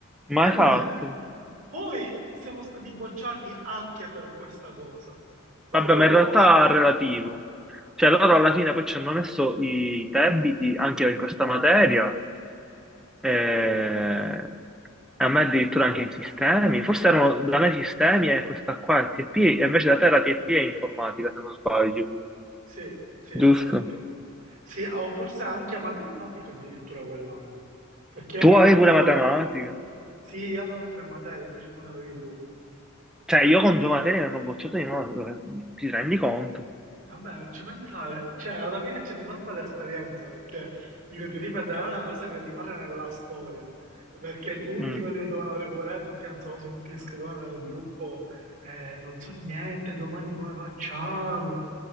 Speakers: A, in the centre; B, on the right.
A: mai
B: È vero.
A: fatto.
B: Poi siamo stati bocciati anche per questa cosa, però.
A: Vabbè, ma in realtà
B: no,
A: è relativo. Cioè loro alla fine poi ci hanno messo i debiti anche in questa materia, eh, a me addirittura anche in sistemi. Forse erano da me sistemi e questa qua è TP, e invece da te la TP è informatica, se non sbaglio.
B: Sì, sì,
A: Giusto.
B: esatto. Sì, o forse anche matematica addirittura quell'anno, perché io,
A: Tu
B: mi,
A: avevi pure
B: io
A: matematica.
B: sì, io avevo tre materie, invece tu ne avevi due.
A: Cioè io con due materie mi hanno bocciato di no, ti rendi conto?
B: Vabbè, non ci pensare, cioè alla fine c'è rimasta l'esperienza, perché dico, ti ripeto, è una cosa che rimane nella storia, perché tutti
A: Mm.
B: quelli che dovevano recuperare, tutti ansiosi, tutti che scrivevano nel gruppo, eh, non so niente, domani come facciamo?